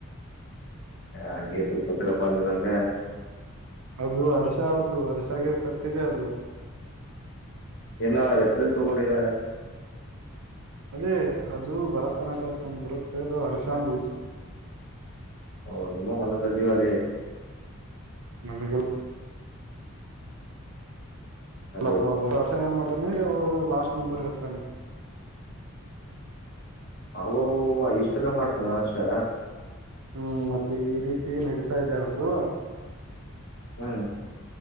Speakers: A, on the left; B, on the right.
A: ಹಂಗೆ ತಿಳ್ಕೊತಿರಪ್ಪ ನಿನಗೆ <unintelligible>
B: ಅದು ಹರ್ಷ ಅವ್ರದು ವರ್ಷಾಗೆ ಸಟ್ಟಿದೆ ಅದು
A: ಇಲ್ಲ ಅವರ ಹೆಸರು ತಗೊಂಡಿಲ್ಲ
B: ಅದೇ ಅದು ಭರತನಾಟ್ಯತ್ಂದ ಬರುತ್ತೆ ಅದು ಹರ್ಷಾಂದುು
A: ಓ ನಿಮ್ಮ ಮನದಲ್ಲಿ ಅದೇ
B: ನಮಗೆ
A: ಹಲೋ
B: ಇಲ್ಲಪ್ಪ ವೇಸಾಯ ಮಾಡನೆ ಅವರು ಲಾಸ್ಟ್ ನಂಬರ್ ಹೇಳ್ತಾನೆ
A: ಅವವ್ವ ಇಷ್ಟೆಲ್ಲ ಮಾಡ್ತಾನೆ ಆಶಾ
B: ಹುಂ ಮತ್ತೆ ಈ ರೀತಿ ನಡಿತಾ ಇದೆ ಅವ್ರ್ದು
A: ನಾನು